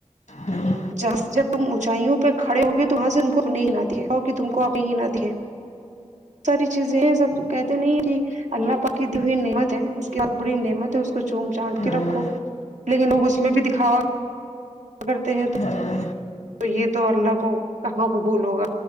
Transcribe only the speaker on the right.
جہاں جب تم اونچائیوں پہ کھڑے ہو گئے تو وہاں سے ان کو اپنے ہی نہ دیا کہ تم کو اپنے ہی نہ دیا ساری چیزیں ہیں سب کہتے نہیں ہے کہ اللہ پاک کی دی ہوئی نعمت ہے اس کے بعد بڑی نعمت ہے اس کو چگ چانٹ
کے رکھو لیکن لوگ اس میں بھی دکھاوا کرتے ہیں تو
تو یہ تو اللہ کو کہاں قبول ہوگا